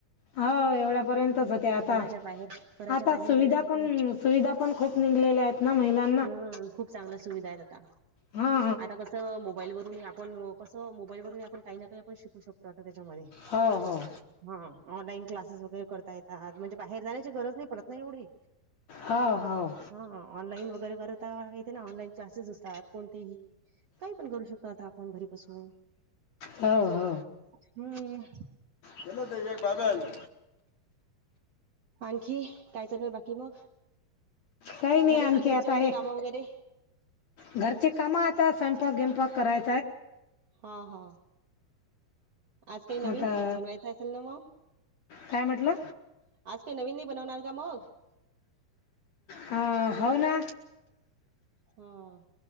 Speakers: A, on the left; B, on the right.
A: होय एवढ्या पर्यंतच
B: हम्म
A: होत्या आता.
B: घराच्या बाहेर घराच्या
A: आता
B: बाहेर
A: सुविधा
B: जाण्याची
A: कोण
B: पण
A: सुविधा पण खूप निघलेल्या आहेत ना महिला-
B: हं खूप चांगल्या सुविधा आहेत आता.
A: हा
B: आता कस- क मोबाईल वरुन आपण कसं मोबाईल वरुन ही आपण काही ना काही आपण शिकू शकतो आता तेच्यामध्ये
A: हो हो...
B: हो ऑनलाईन क्लासेस वगैरे करता येतात म्हणजे बाहेर जाण्याची गरज नाही पडत ना एवढी.
A: हो हो...
B: हो ऑनलाईन वगैरे करता ते ना. ऑनलाईन क्लासेस असतात कोणतेही काही पण करू शकतो आता आपण घरीबसून.
A: हो हो..
B: हम्म..
A: केला ते ये <unintelligible> झालं.
B: आणखी काय चालुये बाकी मग??
A: काही नाही
B: झाले
A: आणखी
B: सगळी
A: आता
B: घरचे
A: हे
B: काम वगैर??
A: घरचे काम आता स्वयंपाक गियंपाक कराय
B: हा हा.. आज काय नवीन
A: आता
B: बनवायचं असेल ना मग??
A: काय म्हटलं
B: आज काय नवीन नाही बनवणार का मग??
A: हं हाव ना.
B: हा.